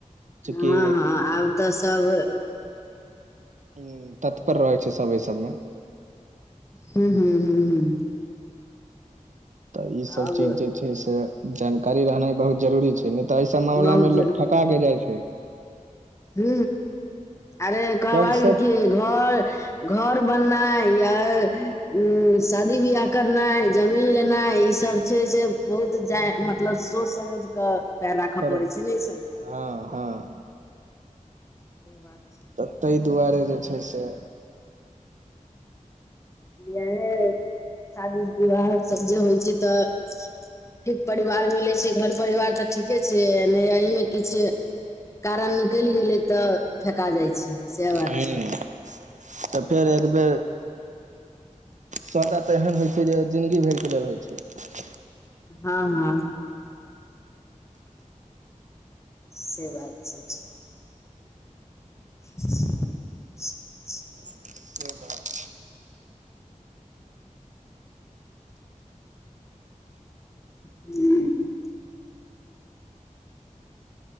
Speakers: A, on the left; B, on the right.
A: हँ
B: चूकि।
A: हँ आब तऽ सब
B: हूँ तत्पर रहै छैय सभ एैय सभ मे
A: हूँ हूँ
B: तऽ ई सभ
A: आब
B: चीज जे छै से जानकारी रहनाइ बहुत जरूरी छै नहि तऽ एय सब मामला
A: बहुत
B: मऽ लोग ठका के जाइ छै
A: हू अरे कहबहि
B: सभसँ
A: कि घर घर बननाइ या उ शादी बियाह करनाइ जमीन लेनाइ ई सब छै जे बहुत जैऽ मतलब सोच समझ कऽ पैर राख
B: पर
A: पड़े छै ने अय सबमे
B: हँ हँ
A: से बात छै
B: तऽ तहि दुवारे जे छै से
A: बियाहे शादी विवाह सभ जे होइ छै तऽ ठीक परिवार मिलै छै घर परिवार तऽ ठीके छै नहि एहिमे किछ कारण निकलि गेलै तऽ फेेका जाइ छि सएह बात
B: ह
A: छै
B: तऽ फेर एकबेर सौदा तऽ एहन होइ छै जे जिन्दगी भरिके लेल होइ छै
A: हँ हँ से बात सब छै <unintelligible>
B: से बात
A: हूँ